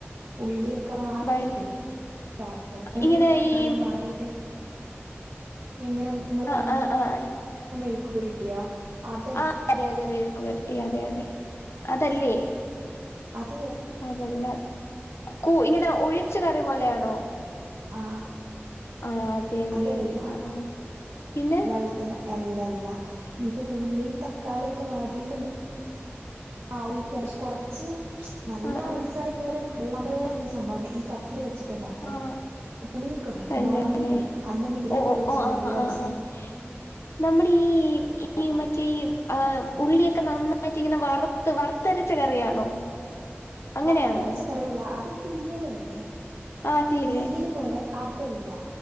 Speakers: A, on the right; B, on the left.
A: ഉള്ളി ക്കെ വാട്ടീടെ
B: വഴുത്
A: വാട്ടോ ഉള്ളും
B: ഇങ്ങനെ
A: തക്കാളിയും
B: ഈ
A: വാടിട്ട് എങ്ങനെ നിങ്ങൾ
B: ആഹ്
A: പറയുന്ന
B: ആഹ് ആഹ്
A: മെഴുക്കു പുരുട്ടിയോ അതൽ
B: ആഹ് അതെ അതെ മെഴുക്കുവരട്ടി അതെ അതെ അതല്ലേ?
A: അത് വേ
B: അതല്ല കു ഇങ്ങനെ ഒഴിച്ചു കറി പോലെയാണോ?
A: ആ
B: ആ അതെല്ലേ
A: അതല്ല
B: ആ ആ പിന്നെ?
A: വഴുതന അല്ലല്ല ഇത് ഉള്ളിയും തക്കാളിയു ഒക്കെ വാടിട്ട് ആ ഒഴിത് കറി കൊറച്ച് നല്ല
B: ആഹ്
A: ഓഴിച്ചു
B: ആഹ്
A: കറി പോലും വെള്ളം പോലല്ല സംഭവം ഉണ്ടാ ഈ കത്രിക വെച്ച് ച്ചിട്ട് ഉണ്ടാക
B: ആഹ്
A: പുളിയൊക്കെ വരും.
B: തന്നെല്ലേ
A: വാളമ്പുളിഇല്ലേ അതിന്റെ നീരൊക്കെ
B: ഓഹ് ഓഹ്
A: ഒഴിച്ചിട്ട്
B: ഓഹ്
A: നല്ല
B: ആഹ്
A: രസ
B: ആഹ് ആഹ് നമ്മുടെ ഈ ഈ മറ്റേ ആ ഉള്ളിയൊക്കെ നന്നാ പറ്റി ഇങ്ങനെ വറുത്ത് വറുത്തരച്ച കറിയാണോ? അങ്ങനെയാണോ
A: വറുത്തരച്ച കറിയല്ല അത് തീയലല്ലേ
B: ആഹ് അതീല്ലേ
A: തീയല് പോലെ അതല്ല